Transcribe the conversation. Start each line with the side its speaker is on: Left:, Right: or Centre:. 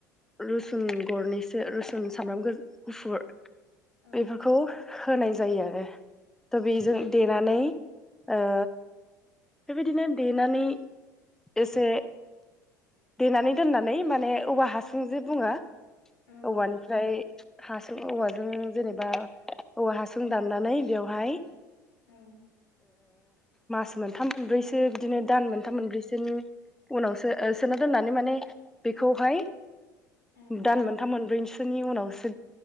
Centre: रुसुन गरनै रुसुन सामब्राम गुफुर
Left: औ
Centre: बेफोरखौ होनाय जायो आरो थ' बेजों
Left: औ
Centre: देनानै ओ बेबायदिनो देनानै एसे देनानै दोननानै माने औवा हासुं जे बुङो,
Left: औ
Centre: औवानि आमफ्राय हासुं औवाजों जेनेबा औवा हासुं दाननानै बेवहाय
Left: औ
Centre: मास मोनथाम मोनब्रैसो बिदिनो दान मोनथाम मोनब्रैसोनि उनावसो सोना दोननानै माने बेखौहाय
Left: ओं
Centre: दान मोन मोनब्रैसोनि उनावसो